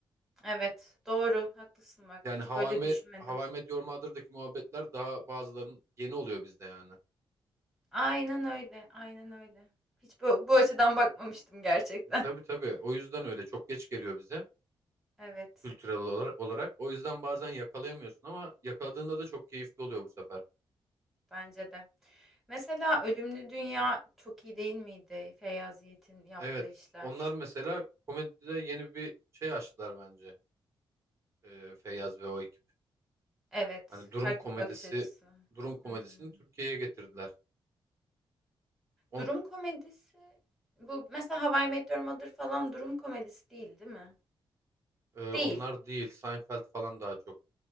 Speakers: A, in the centre; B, on the right (about 30°).
A: Evet, doğru. Haklısın bak.
B: Yani
A: Hiç
B: How
A: böyle
B: I Met,
A: düşünmedim.
B: How I Met Your Mother'daki muhabbetler daha bazılarının yeni oluyor bizde yani.
A: Aynen öyle. Aynen öyle. Hiç bu, bu açıdan bakmamıştım gerçekten.
B: E, tabii
A: <laughs>
B: tabii o yüzden öyle çok geç geliyor bize
A: Evet,
B: kültürel olar- olarak. O yüzden bazen yakalayamıyorsun ama yakaladığında da çok keyifli oluyor bu sefer.
A: bence de. Mesela Ölümlü Dünya çok iyi değil miydi? Feyyaz Yiğit'in yaptığı
B: Evet
A: işler.
B: onlar mesela komedide yeni bir şey açtılar bence e, Feyyaz ve o ekip.
A: Evet,
B: Hani durum
A: farklı
B: komedisi,
A: bir bakış açısı.
B: durum komedisini
A: Hı hı.
B: Türkiye'ye getirdiler. On,
A: Durum komedisi bu mesela How I Met Your Mother falan durum komedisi değil, değil mi?
B: e,
A: Değil.
B: onlar değil Seinfeld falan daha çok.